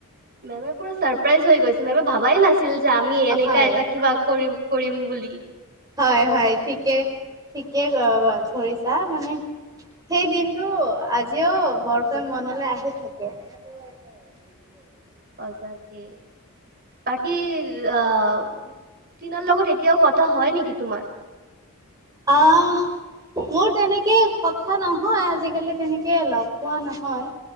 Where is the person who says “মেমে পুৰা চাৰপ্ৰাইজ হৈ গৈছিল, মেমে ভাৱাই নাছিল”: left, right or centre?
Right